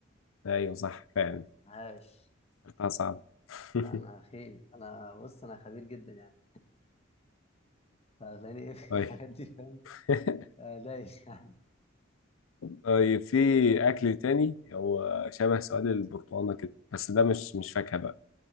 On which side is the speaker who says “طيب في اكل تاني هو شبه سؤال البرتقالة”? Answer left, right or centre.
Left